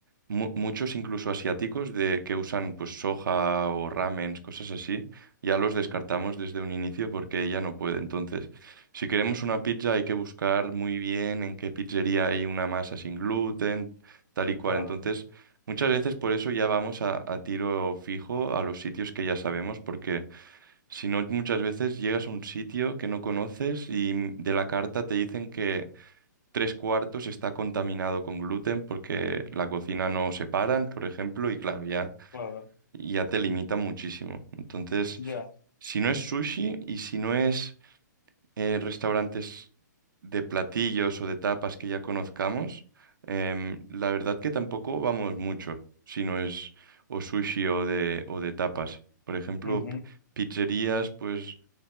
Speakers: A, on the right; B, on the left.
A: mu- muchos incluso asiáticos de que usan pues soja o ramens, cosas así, ya los descartamos desde un inicio porque ella no puede. Entonces, si queremos una pizza hay que buscar muy bien en qué pizzería hay una masa sin gluten, tal y cual.
B: claro,
A: Entonces, muchas veces por eso ya vamos a, a tiro fijo a los sitios que ya sabemos porque si no, muchas veces llegas a un sitio que no conoces y de la carta te dicen que tres cuartos está contaminado con gluten porque la cocina no separan, por ejemplo, y claro, ya,
B: claro.
A: ya te limitan muchísimo. Entonces,
B: Ya,
A: si no es sushi y si no es eh, restaurantes de platillos o de tapas que ya conozcamos, em, la verdad que tampoco vamos mucho si no es o sushi o de, o de tapas. Por ejemplo,
B: ujú,
A: pi- pizzerías, pues